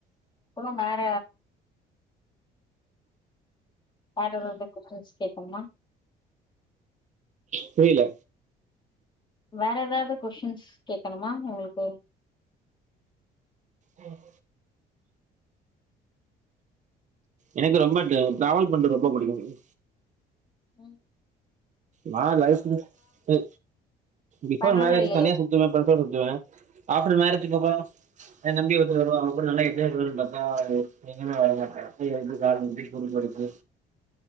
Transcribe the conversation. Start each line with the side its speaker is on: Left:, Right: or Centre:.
Left: புறம் வேற வேற ஏதாவது கொஸ்டின்ஸ் கேக் னுமா
Right: புரியல
Left: வேற எதாவது கொஸ்டின்ஸ் கேட்கணுமா உங்களுக்கு
Right: உம் எனக்கு ரொம்ப டு டிராவல் பண்றது ரொம்ப பிடிக்கும்
Left: உம்
Right: நான் லைசென்ஸ் பி பிஃபோர்
Left: பண்றதே
Right: மேரேஜ்
Left: இல்லையா?
Right: தனியா சுத்துவேன் ஃப்ரெண்ட்சோட சுத்துவேன் ஆஃப்டர் மேரேஜ் அப்புறோ என் தம்பி ஒருத்த வருவா அவ கூட நல்லா என்ஜாய் பண்ணனும்னு பாத்தா அது எங்கயுமே வர மாட்டா கை வலிக்கி கால் வலிக்கி குறுக்கு வலிக்கி